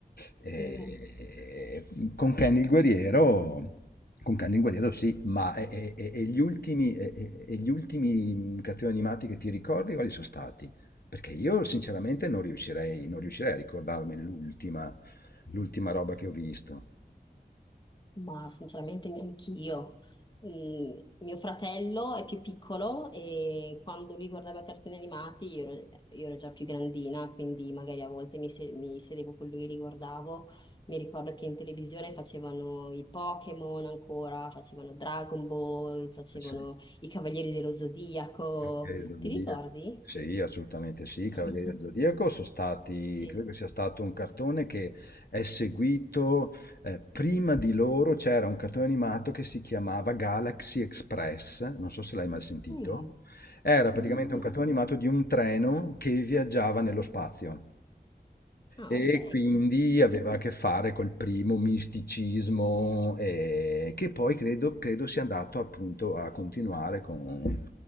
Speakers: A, on the left (about 70°); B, on the left (about 25°).
A: E-
B: mm.
A: con Ken il guerriero, con Ken il guerriero sì, ma e, e- e- e gli ultimi, e- e- e gli ultimi cattivi animati che ti ricordi quali sono stati? Perché io sinceramente non riuscirei, non riuscirei a ricordarmi l'ultima, l'ultima roba che ho visto.
B: Ma sinceramente neanch'io. Mm, mio fratello è più piccolo e quando lui guardava cartoni animati io ero, io ero già più grandina, quindi magari a volte mi, se- mi sedevo con lui e li guardavo. Mi ricordo che in televisione facevano i Pokémon ancora, facevano Dragon Ball, facevano
A: Eh sì.
B: i Cavalieri dello Zodiaco.
A: Cavalieri dello
B: Ti
A: Zodiaco.
B: ricordi?
A: Sì, assolutamente sì,
B: <laughs>
A: Cavalieri dello Zodiaco sono stati,
B: Sì.
A: credo che sia stato un cartone che è seguito, eh, prima di loro c'era un cartone animato che si chiamava Galaxy Express, non so se l'hai mai sentito,
B: Mm,
A: era praticamente
B: mm,
A: un
B: no.
A: cartone animato di un treno che viaggiava nello spazio.
B: Ah,
A: E
B: ok.
A: quindi aveva a che fare col primo misticismo, eh, che poi credo, credo sia andato appunto a continuare con,